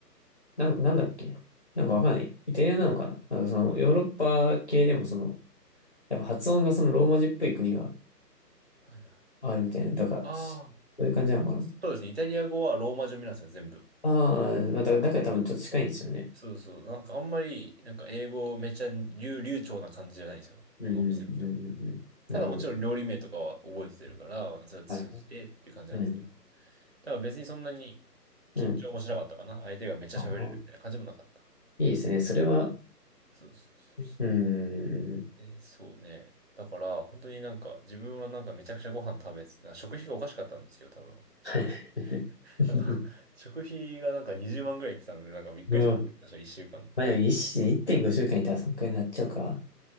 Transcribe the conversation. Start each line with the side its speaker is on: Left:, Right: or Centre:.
Left: なん、なんだっけなんかわかんない。イタリアなのかななんかそのヨーロッパ系でもその、やっぱ発音がそのローマ字っぽい国が
Right: はい
Left: あるみたいな。だから、
Right: ああ、
Left: そういう感じなのかな
Right: そうですね。イタリア語はローマ字読みなんですよ、全部。
Left: ああー、まあだ、だから多分ちょっと近いんですよね。
Right: そうそう。なんかあんまり、なんか英語めちゃ流、流暢な感じじゃないんですよ。
Left: うん、
Right: あのお店の人も。
Left: うん、うん、うん。うんなるほど。
Right: ただもちろん料理名とかは覚えてるから、それ通じてっていう感じなんですけど。
Left: はいはい。うん、
Right: だから別にそんなに
Left: うん。
Right: 緊張もしなかったかな。相手がめっちゃ喋れるみたいな感じもなかったから。
Left: ああ、いいですね。それは、
Right: そうそうそうそう。
Left: うん。
Right: で、そうね。だから、本当になんか、自分はなんかめちゃくちゃご飯食べて、なんか食費がおかしかったんですよ、多分。食費、
Left: はい。<laughs>
Right: なんか食費がなんか20万ぐらいいってたんで、なんかびっくりしたんですけど、
Left: うわ。
Right: 私は1週間。
Left: まあでも一1.5週間いたらそんくらいになっちゃうか。